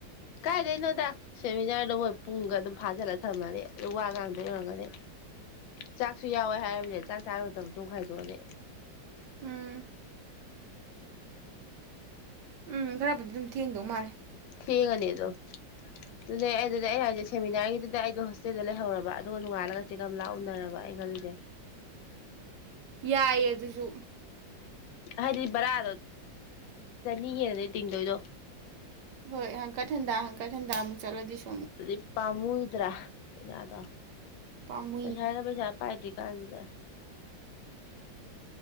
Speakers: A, on the left (about 85°); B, on the right (about 70°).
A: ꯀꯥꯏꯗꯩꯅꯣꯗ ꯁꯦꯃꯤꯅꯥꯔꯗ ꯃꯣꯏ ꯄꯨꯡꯒ ꯑꯗꯨꯝ ꯐꯥꯖꯤꯜꯂ ꯊꯝꯃꯅꯤ ꯑ ꯋꯥ ꯉꯥꯡꯗꯣꯏ ꯌꯔꯝꯒꯅꯤ ꯆꯥꯛꯁꯨ ꯌꯥꯎꯋꯦ ꯍꯥꯏꯃꯤꯅꯦ ꯆꯥꯛ ꯆꯥꯕꯨ ꯃꯇꯝꯁꯨꯣꯡ ꯈꯥꯏꯗꯣꯛꯑꯅꯤ
B: ꯎꯝ ꯎꯝ ꯈꯔꯕꯨꯗꯤ ꯑꯗꯨꯝ ꯊꯦꯡꯗꯧ ꯃꯥꯜꯂꯦ
A: ꯊꯦꯡꯉꯅꯤ ꯑꯗꯣ ꯑꯗꯨꯅꯦ ꯑꯗꯨꯗꯤ ꯑꯩ ꯍꯥꯏꯁꯦ ꯁꯦꯃꯤꯅꯥꯔꯒꯤꯗꯨꯗ ꯑꯩꯗꯣ ꯍꯣꯁꯇꯦꯜꯗ ꯂꯩꯍꯧꯔꯕ ꯑꯗꯨꯒ ꯅꯣꯡꯉꯥꯂꯒ ꯆꯦꯛꯀꯝ ꯂꯥꯛ ꯎꯅꯔꯕ ꯑꯩ ꯈꯜꯂꯤꯁꯦ
B: ꯌꯥꯏ ꯑꯗꯨ ꯑꯗꯨꯁꯨ
A: ꯍꯥꯏꯗꯤ ꯕꯔꯥꯗꯣ ꯆꯅꯤ ꯍꯅꯅꯦ ꯇꯤꯡꯗꯣꯏꯗꯣ
B: ꯍꯣꯏ ꯍꯥꯡꯀꯠ ꯍꯟꯗ ꯍꯥꯡꯀꯠ ꯍꯟꯗ ꯑꯃꯨꯛ ꯆꯠꯂꯗꯤ ꯁ
A: ꯑꯗꯨꯗꯤ ꯄꯥꯝꯃꯨꯗ꯭ꯔꯥꯩ ꯌꯥꯥꯗ
B: ꯄꯥꯝꯃꯨꯏ
A: ꯄꯩꯁꯥ ꯍꯥꯏꯅ ꯄꯩꯁꯥ ꯄꯥꯏꯗ꯭ꯔꯤ ꯀꯥꯥꯟꯗ